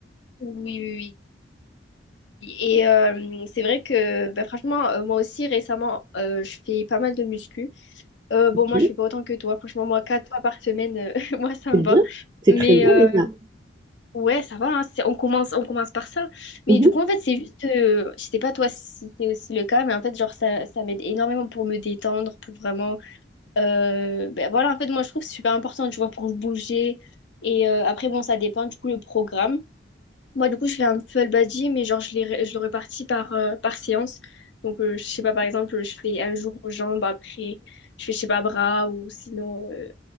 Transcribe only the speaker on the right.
Ok,
c'est
bien.
C'est
très bien
déjà.
Mhm.